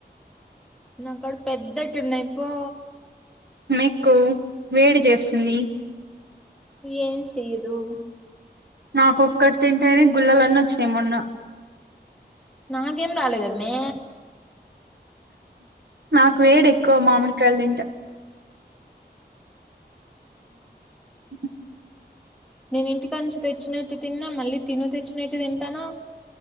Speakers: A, in the centre; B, on the right (about 70°).
A: నాకడ పెద్దటున్నాయిపో
B: నీకు వేడి చేస్తుంది
A: ఏం చెయదు
B: నాకొక్కటి తింటేనే గుళ్ళలన్నీ వచ్చినై మొన్న.
A: నాకేం రాలేకదమ్య
B: నాకు వేడేక్కువ మామిడికాయలు తింటే హు
A: నేను ఇంటికాంచి తెచ్చినేటి తిన్నా మళ్ళీ తిను తెచ్చినటి తింటానా.